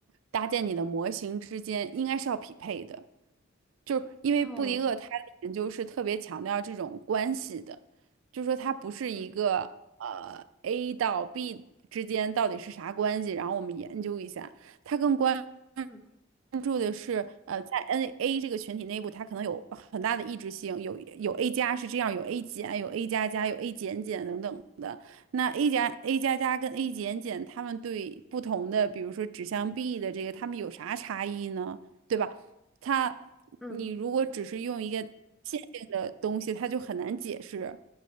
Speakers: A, on the right (about 80°); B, in the centre.
A: 搭建你的模型之间，应该是要匹配的。就是因为布迪厄他的研究是特别强调这种关系的，
B: 哦，
A: 就是说它不是一个呃
B: 嗯。
A: A 到 B 之间到底是啥关系，然后我们研究一下，它更关。
B: 嗯
A: 关注的是，呃，在 NA 这个群体内部，它可能有很大的异质性，有有 A 加是这样，有 A 减，有 A 加加，有 A 减减等等的。那 A 加 A 加加跟 A 减减，他们对不同的，比如说指向 B 的这个，他们有啥差异呢？对吧？它，
B: 嗯
A: 你如果只是用一个线性的东西，它就很难解释。